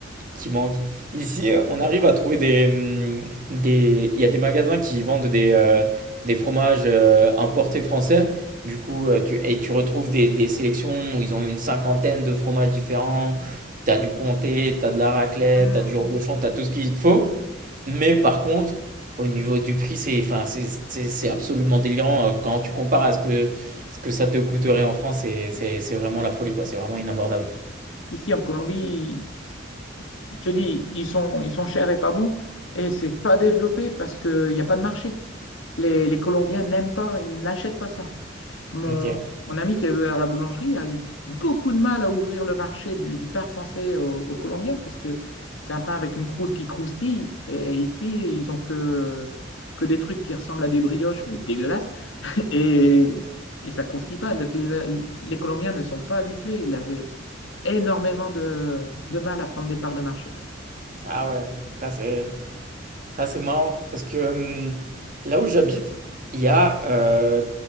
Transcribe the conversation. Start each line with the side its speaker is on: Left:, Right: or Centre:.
Right: qui manque. Ici, on arrive à trouver des, hum, des, il y a des magasins qui vendent des, euh, des fromages euh, importés français. Du coup, euh, tu, et tu retrouves des, des sélections où ils ont une cinquantaine de fromages différents. T'as du comté, t'as de la raclette,
Left: <laughs>
Right: t'as du reblochon, t'as tout ce qu'il te faut. Mais par contre, au niveau du prix, c'est, enfin, c'est, c'est, c'est absolument délirant. euh, Quand tu compares à ce que, ce que ça te coûterait en France, c'est, c'est, c'est vraiment la folie, quoi. C'est vraiment inabordable.
Left: Ici, en Colombie, Je te dis, ils sont, ils sont chers et pas bons, et c'est pas développé parce qu'il n'y a pas de marché. Les, les Colombiens n'aiment pas, ils n'achètent pas ça. Mon,
Right: Ok.
Left: mon ami qui est vers la boulangerie a eu beaucoup de mal à ouvrir le marché du, du pain français aux, aux Colombiens parce que c'est un pain avec une croûte qui croustille, et ici, ils ont que, que des trucs qui ressemblent à des brioches, mais dégueulasses. Et, et ça croustille pas. Donc, les, les Colombiens ne sont pas habitués. Ils avaient énormément de, de mal à prendre des parts de marché.
Right: Ah ouais, ça c'est. Ça, c'est marrant parce que hum, là où j'habite, il y a euh,